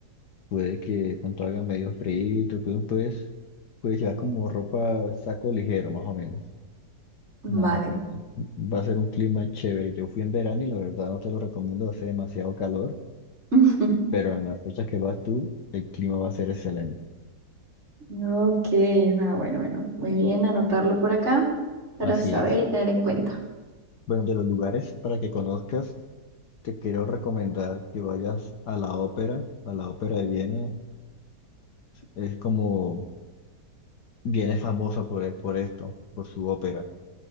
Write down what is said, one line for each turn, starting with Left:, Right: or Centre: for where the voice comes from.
Left: Puede que cuanto haga medio frío, pues, pues, puedes llevar como ropa, saco ligero, más o menos.
Right: Vale.
Left: Nada, va a ser un clima chévere. Yo fui en verano y la verdad no te lo recomiendo, hace demasiado calor,
Right: <laughs>
Left: pero en las fechas que vas tú, el clima va a ser excelente.
Right: Ok, ah, bueno, bueno, muy bien, anotarlo por acá para
Left: Así
Right: saber
Left: es.
Right: y tener en cuenta.
Left: Bueno, de los lugares para que conozcas, te quiero recomendar que vayas a la ópera, a la ópera de Viena. Es como, bien es famoso por, e, por esto, por su ópera.